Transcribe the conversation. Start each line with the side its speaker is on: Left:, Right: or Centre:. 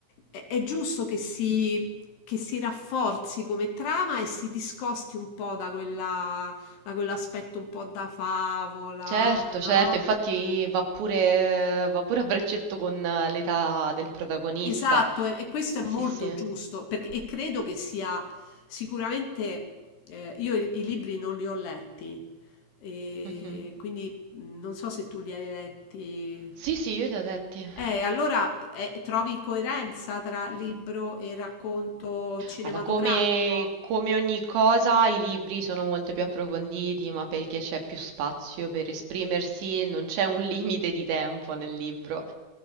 Left: È, è giusto che si, che si rafforzi come trama e si discosti un po' da quella, da quell'aspetto un po' da favola,
Right: Certo,
Left: no?
Right: certo, infatti va pure, va pure a braccetto con eh, l'età del protagonista.
Left: Esatto, e, e questo è
Right: Sì,
Left: molto
Right: sì.
Left: giusto, perché, e credo che sia sicuramente, eh, io i, i libri non li ho letti, e
Right: Mhm.
Left: quindi mh, non so se tu li hai letti.
Right: Sì, sì, io li ho letti.
Left: Eh, allora eh, trovi coerenza tra libro e racconto cinematografico?
Right: Guarda, come, come ogni cosa, i libri sono molto più approfonditi, ma perché c'è più spazio per esprimersi, non c'è un limite di tempo nel libro.